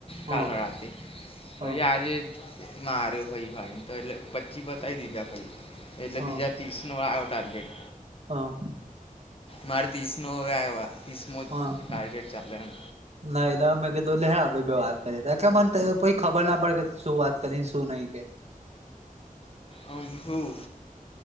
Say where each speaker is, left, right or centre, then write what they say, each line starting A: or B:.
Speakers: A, on the left; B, on the right.
A: કાલ
B: હા
A: રાતે. તો
B: હા
A: એ આજે. માર્યો ફાઈ ભાઈને તો એટલે પચી પતાવી દીધા ભાઈ એટલે
B: હા
A: બીજા ત્રીસ. નોળડા આવટાર ગેટ.
B: હા.
A: મારે ત્રીસ નો હવે આવ્યો ત્રીસ મો
B: હા
A: ટાર્ગેટ ચાલે એમ.
B: ના એલે મેં કીધું લે આપડે વાત કરી ત કે મને ખબર ના પડે કે શું વાત કરીને શું નહી કે.
A: અમ હું.